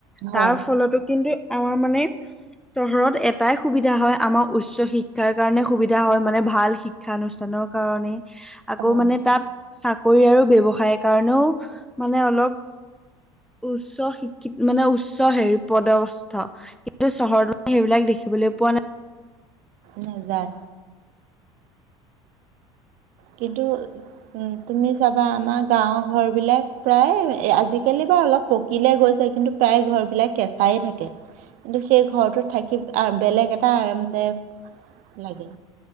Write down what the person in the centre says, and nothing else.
তাৰ ফলতো কিন্তু, অ', মানে চহৰত এটাই সুবিধা হয় আমাৰ উচ্চ শিক্ষাৰ কাৰণে সুবিধা সা হয় মানে ভাল শিক্ষানুষ্ঠানৰ কাৰণে আকৌ
মানে তাত চাকৰি আৰু ব্যৱসায় কাৰণেও মানে অলপ উচ্চ শিক্ষিত মানে উচ্চ হেৰি পদৱস্থা কিন্তু চহৰ দৰে সেইবিলাক দেখিবলৈ পোৱা নাই